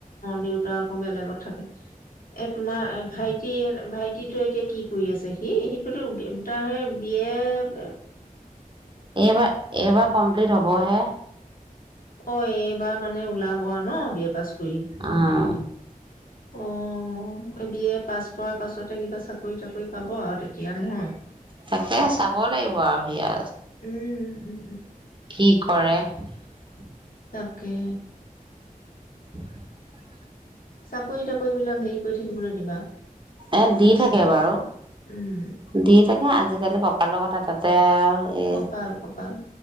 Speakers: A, on the left; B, on the right.
A: দেউতা আকৌ বেলেগত থাকে, এ' তোমাৰ এ' ভাইটিৰ ভাইটিতো এতিয়া কি কৰি আছে সি সি <unintelligible> তাৰ হে ইয়ে
B: এইবাৰ, এইবাৰ কমপ্লিট হ'বহে।
A: অ এইবাৰ মানে ওলাব আৱ ন বি এ পাছ কৰি
B: উম
A: আহ মই বি এ পাছ কৰাৰ পাছত ত কিবা চাকৰি তাকৰি পাব আৰু তেতিয়া নহয়
B: তাকে চাব লাগিব আৰু সিয়া
A: উম উ
B: কি <inaudible>
A: তাকে
B: <unintelligible>
A: চাকৰি তাকৰি বিলাক হেৰি কৰি থাকিবলৈ দিবা মিছা
B: এ দি থাকে
A: উম
B: বাৰু দি থাকে আজিকালি কপালৰ কথা তাতে আৰু এই
A: কপাল কপাল